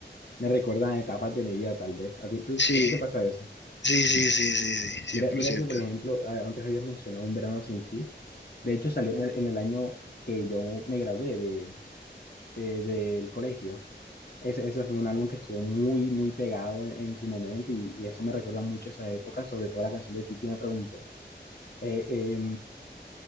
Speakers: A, on the left; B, on the left.
A: me recuerdan a etapas de mi vida, tal vez. ¿A ti, tú-
B: Sí.
A: a ti te pasa eso?
B: Sí, sí, sí, sí, sí, cien
A: Mira,
B: por
A: mira
B: ciento
A: que, por ejemplo, a- antes habías mencionado Un verano sin ti. De hecho, salió en el, en el año que yo me gradué de, de- del colegio. Ese, ese fue un álbum que estuvo muy, muy pegado en, en su momento y, y eso me recuerda mucho a esa época, sobre todo la canción de Titi me preguntó. Eh, eh,